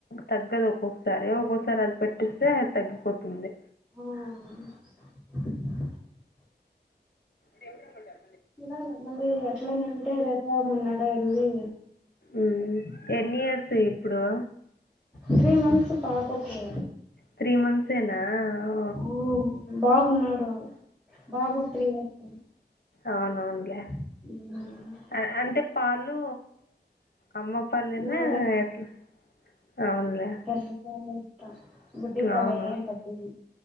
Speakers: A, on the left; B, in the centre.
A: తగ్గదు ఒక్కొక్కసారి ఒక్కొసారి అది పెట్టిస్తే అది తగ్గిపోతుంది.
B: ఉమ్.
A: దేవుడ్ రమ్మంటారు.
B: చూడాలే మళ్ళీ ఎట్లనేంటే రేపు మొన్నడెల్లీ.
A: ఉమ్ ఎన్ని ఇయర్స్ ఇప్పుడో.
B: త్రీ మంత్స్ పాప కు.
A: త్రీ మంత్స్ ఏనా అ.
B: ఉమ్ బాబున్నాడు బాబుకు త్రీయర్స్.
A: అవునవునుల్లే.
B: ఉమ్.
A: అ అదే అంటే పాలు అమ్మ. పాలేనా
B: నా
A: ఎట్లా అవునుల్లే.
B: తల్లి పాల ఇత్తా బుడ్డి పాల
A: అవునవును
B: ఏం పత్తదు